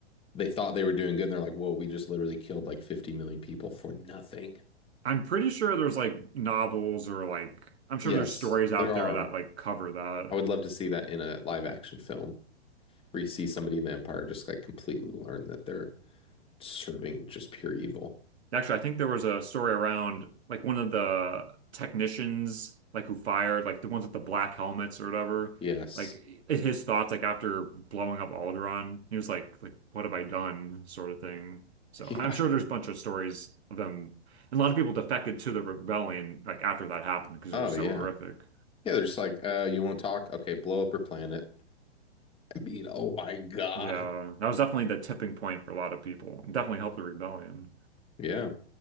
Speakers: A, on the left; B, on the right.
A: they thought they were doing good, and they're like, whoa, we just literally killed like 50 million people for nothing.
B: I'm pretty sure there's like novels or like I'm sure
A: Yes,
B: there's stories out
A: there are.
B: there that like cover that.
A: I would love to see that in a live action film where you see somebody in the Empire just like completely learn that they're serving just pure evil.
B: Actually, I think there was a story around like one of the technicians like who fired like the ones with the black helmets or whatever.
A: Yes.
B: Like i- his thoughts like after blowing up Alderaan, he was like like what have I done sort of thing. So
A: <laughs> Yeah.
B: I'm sure there's a bunch of stories of them and a lot of people defected to the rebellion like after that happened because
A: Oh,
B: it was
A: yeah.
B: so horrific.
A: Yeah, they're just like, uh, you won't talk? Okay, blow up her planet. <laughs> I mean, oh my God.
B: Yeah, that was definitely the tipping point for a lot of people. Definitely helped the rebellion.
A: Yeah,